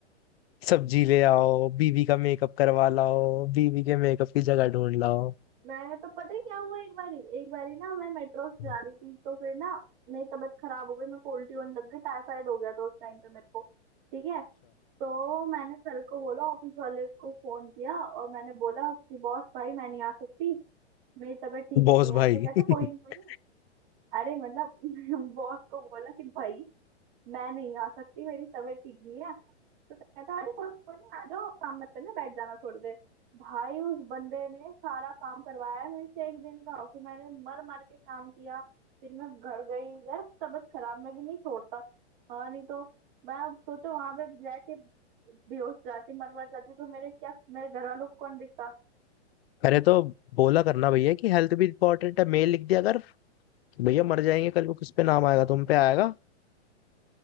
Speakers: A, on the left; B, on the right.
A: सब्जी ले आओ बीवी का मेकअप करवा लाओ बीवी के मेकअप की जगह ढूंढ लाओ
B: मैं तो पता है क्या हुआ एक बारी एक बारी ना मैं मेट्रो से
A: अच्छा
B: जा रही थी तो फिर ना मेरी तबीयत खराब हो गई मेरे को उल्टी होने लग गई टाइफाइड हो गया था उस टाइम पे मेरे को ठीक है तो मैंने सर को बोला ऑफिस वाले को फोन किया और मैंने बोला कि बॉस भाई मैं नहीं आ सकती मेरी तबीयत ठीक
A: बॉस
B: नहीं
A: भाई
B: है तो कहते
A: <laughs>
B: कोई नहीं कोई नहीं अरे मतलब <laughs> बॉस को बोला कि भाई मैं नहीं आ सकती मेरी तबीयत ठीक नहीं है तो कहता है अरे कोई नहीं कोई नहीं आ जाओ काम मत करना बैठ जाना थोड़ी देर भाई उस बंदे ने सारा काम करवाया है मेरे से एक दिन का फिर मैंने मर मर के काम किया फिर मैं घर गई यार तबीयत खराब मैं भी नहीं छोड़ता हाँ नहीं तो मैं अब सोचो वहां पे जाके बेहोश जाती मर मर जाती तो मेरे क्या मेरे घर वालों को कौन दिखता
A: अरे तो बोला करना भैया कि हेल्थ भी इंपॉर्टेंट है मेल लिख दिया अगर भैया मर जाएंगे कल को किस पे नाम आएगा तुम पे आएगा